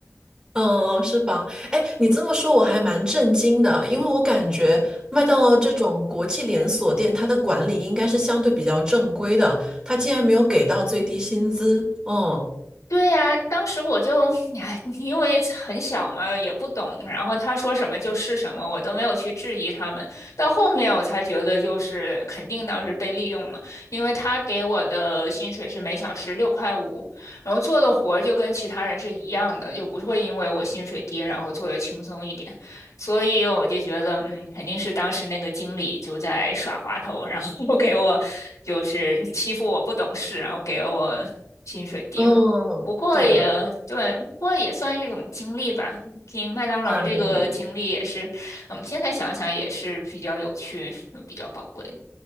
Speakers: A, on the right; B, on the left.
A: 嗯，是吧？哎，你这么说我还蛮震惊的，因为我感觉麦当劳这种国际连锁店，它的管理应该是相对比较正规的，它竟然没有给到最低薪资。嗯，
B: 对呀，当时我就，<laughs> 哎，因为很小嘛，也不懂，然后他说什么就是什么，我都没有去质疑他们。到后面我才觉得，就是肯定当时被利用了，因为他给我的薪水是每小时六块五，然后做的活儿就跟其他人是一样的，就不会因为我薪水低，然后做的轻松一点。所以我就觉得，嗯，肯定是当时那个经理就在耍滑头，然后 <laughs> 给我就是欺负我不懂事，然后给了我薪水低。
A: 嗯，
B: 不过也对，
A: 对的，
B: 不过也算一种经历吧。经麦当劳这个经历也是，
A: 当然的。
B: 我们现在想想也是比较有趣、比较宝贵的。